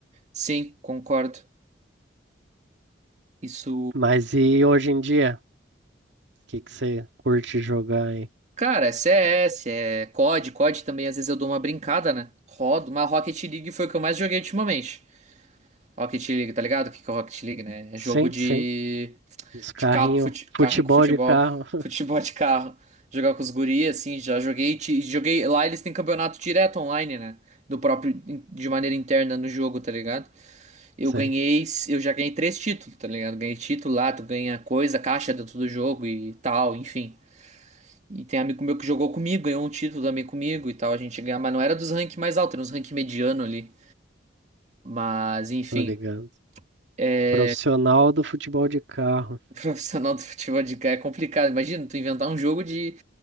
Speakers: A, on the right; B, on the right.
A: Sim, concordo. Isso.
B: Mas e hoje em dia? O que que você curte jogar aí?
A: Cara, é C S é COD, COD também às vezes eu dou uma brincada, né? Rodo, mas Rocket League foi o que eu mais joguei ultimamente. Rocket League, tá ligado? O que que é Rocket League, né? É
B: Sim,
A: jogo de,
B: sim. Os carrinhos,
A: de carro, com fute...
B: futebol
A: carrinho com futebol.
B: de carro.
A: <laughs>
B: <laughs>
A: Futebol de carro. Jogar com os guris, assim, já joguei. ti- Joguei. Lá eles têm campeonato direto online, né? Do próprio. De maneira interna no jogo, tá ligado? Eu
B: Sei,
A: ganhei. Eu já ganhei três títulos, tá ligado? Ganhei título lá, tu ganha coisa, caixa dentro do jogo e tal, enfim. E tem amigo meu que jogou comigo, ganhou um título também comigo e tal. A gente ganhava, mas não era dos ranks mais altos, era uns ranking mediano ali. Mas, enfim,
B: tô ligando.
A: é
B: Profissional do futebol de carro.
A: <laughs> profissional do futebol de carro é complicado. Imagina, tu inventar um jogo de,